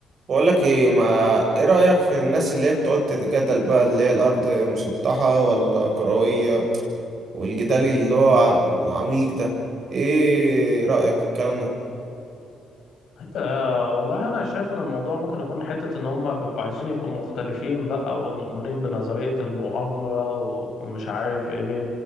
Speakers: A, on the right; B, on the left.
A: بقول لك ايه ما ايه رأيك في الناس اللي هي بتقعد تتجادل بقى اللي هي الارض مسطحة ولا كروية والجدال اللي هو ع- العميق ده ايه رأيك في الكلام ده
B: أه والله أنا شايف إن الموضوع ممكن يكون حتة إن هم بيبقوا عايزين يبقوا مختلفين بقى ومؤمنين بنظرية المؤامرة و- ومش عارف إيه